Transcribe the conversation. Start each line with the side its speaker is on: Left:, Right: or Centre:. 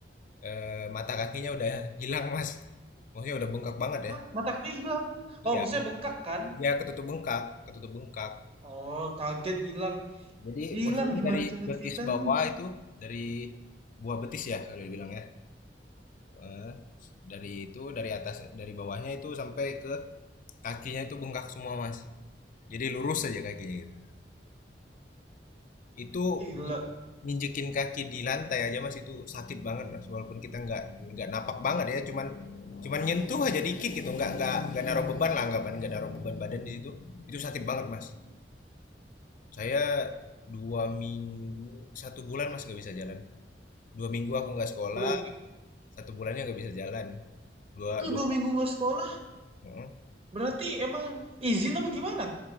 Left: eh, mata kakinya udah hilang Mas. Maksudnya udah bengkak banget
Right: Hah,
Left: ya.
Right: mata kaki hilang.
Left: Iya,
Right: Oh, maksudnya bengkak kan?
Left: ya ketutup bengkak, ketutup bengkak.
Right: Oh, kaget hilang.
Left: Jadi
Right: Hilang
Left: posisinya
Right: gimana
Left: dari
Right: cara
Left: betis
Right: ceritanya?
Left: bawah itu dari buah betis ya kalau dibilang ya. Eh, dari itu dari atas dari bawahnya itu sampai ke kakinya itu bengkak semua Mas. Jadi lurus aja kakinya gitu. Itu
Right: Gila.
Left: nginjekin kaki di lantai aja Mas itu sakit banget Mas walaupun kita nggak nggak napak banget ya cuman cuman nyentuh aja dikit gitu nggak nggak nggak naruh beban lah anggapan nggak naruh beban badan di situ itu sakit banget Mas saya dua minggu satu bulan Mas nggak bisa jalan dua minggu aku nggak sekolah
Right: Bulan
Left: satu bulannya nggak bisa jalan dua
Right: itu
Left: dua
Right: dua minggu nggak sekolah.
Left: heeh.
Right: Berarti emang izin apa gimana?